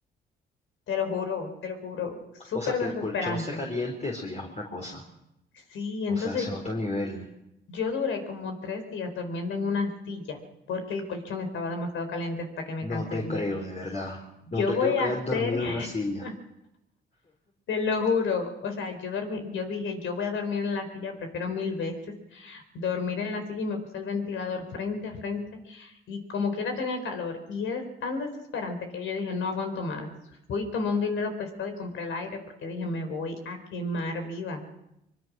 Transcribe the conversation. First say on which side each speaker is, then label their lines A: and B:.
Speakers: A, on the left; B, on the left.
A: Te lo juro, te lo juro, súper
B: O sea, que
A: desesperante.
B: el colchón se caliente, eso ya es otra cosa.
A: Sí, entonces
B: O sea, ese
A: y-
B: es otro nivel.
A: yo duré como tres días durmiendo en una silla porque el colchón estaba demasiado caliente hasta que me
B: No
A: cansé
B: te
A: y dije,
B: creo, de verdad.
A: yo
B: No te
A: voy
B: creo que
A: a
B: hayas
A: hacer,
B: dormido
A: <laughs>
B: en una silla.
A: te lo juro, o sea, yo dormí, yo dije, yo voy a dormir en la silla, prefiero mil veces dormir en la silla y me puse el ventilador frente a frente y como quiera tenía calor y era tan desesperante que yo dije, no aguanto más. Fui, tomé un dinero prestado y compré el aire porque dije, me voy a quemar viva.